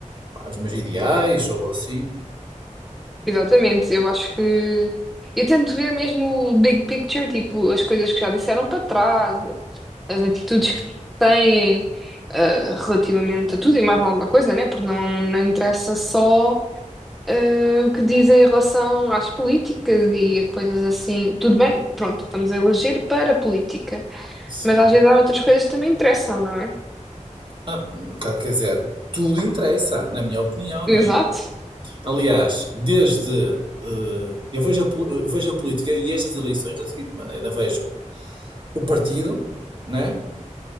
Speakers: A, on the right (about 40°); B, in the centre.
A: pá, os meus ideais ou assim.
B: exatamente. Eu acho que. Eu tento ver mesmo o big picture, tipo, as coisas que já disseram para trás. as atitudes
A: Hum,
B: que têm eh, relativamente a tudo e mais alguma coisa, né? Porque não, não interessa só eh, o que dizem em relação às políticas e a coisas assim. Tudo bem, pronto, estamos a eleger para a política,
A: sim.
B: mas às vezes há outras coisas que também interessam, não é?
A: Ah, quer quer dizer, tudo interessa, na minha opinião,
B: Exato,
A: não é? Aliás, desde. eh, eu, vejo a, pol- eu vejo a política e estas eleições da seguinte maneira: vejo o partido, né?